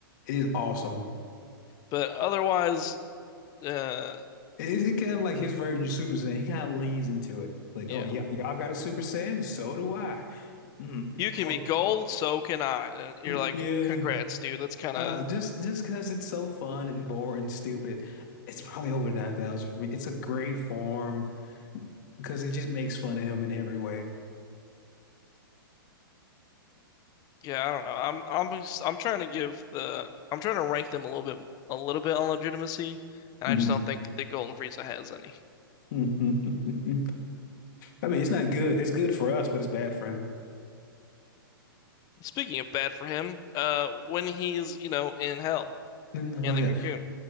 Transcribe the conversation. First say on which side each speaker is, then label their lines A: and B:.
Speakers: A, on the left; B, on the left.
A: It is awesome.
B: but otherwise, uh,
A: It's it kind of like his version of Super Saiyan. He kind of leans into it. Like,
B: yeah,
A: oh yeah, y'all got a Super Saiyan, so do I. Mm,
B: you can
A: oh
B: be gold, so can I. And you're
A: God.
B: like,
A: <laughs> yeah.
B: congrats, dude. That's kind
A: Uh,
B: of
A: just just because it's so fun and boring and stupid, it's probably over nine thousand for me. It's a great form. because it just makes fun of him in every way.
B: Yeah, I don't know. I'm I'm just- I'm trying to give the I'm trying to rank them a little bit a little bit on legitimacy, and
A: Mm.
B: I just don't think that Golden Frieza has any.
A: <laughs> I mean, it's not good. It's good for us, but it's bad for him.
B: Speaking of bad for him, uh, when he's, you know, in hell
A: Mm,
B: in
A: Oh yeah,
B: the cocoon,